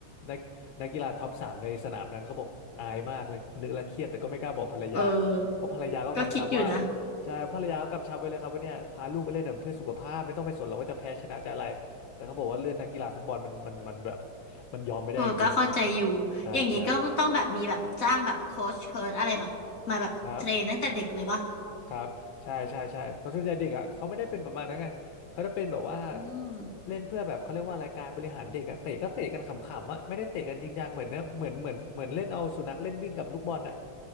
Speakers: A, on the left; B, on the left.
A: นักนักกีฬาท็อปสามในสนามนั้นเขาบอกอายมากเลยนึกแล้วเครียดแต่ก็ไม่กล้าบอกภรรยา
B: เออ
A: เพราะภรรยาก็กำชับว่า
B: ก็คิดอยู่นะ
A: ใช่ภรรยาก็กำชับไว้เลยครับว่าเนี่ยพาลูกไปเล่นน่ะเพื่อสุขภาพไม่ต้องไปสนหรอกว่าจะแพ้ชนะจะอะไรแต่เขาบอกว่าเรื่องนักกีฬาฟุตบอลมันมันมันแบบมันยอมไม่ได้จริง
B: เออก็เข้าใจอยู่
A: ๆใช่ใช่
B: อย่างนี้ก็ต้องแบบมีแบบจ้างแบบโค้ชเชิร์อะไรแบบมาแบบเทรนตั้งแต่เด็กเลยป่ะ
A: ครับครับใช่ใช่ใช่ตอนส่วนใหญ่เด็กอ่ะเขาไม่ได้เป็นประมาณนั้นไงเขาจะเป็นแบบว่า
B: อืม
A: เล่นเพื่อแบบเขาเรียกว่าอะไรายการบริหารเด็กอ่ะเตะก็เตะกันขำๆอ่ะไม่ได้เตะกันจริงจังเหมือนเนี่ยเหมือนเหมือนเหมือนเล่นเอาสุนัขเล่นวิ่งกับลูกบอลอ่ะ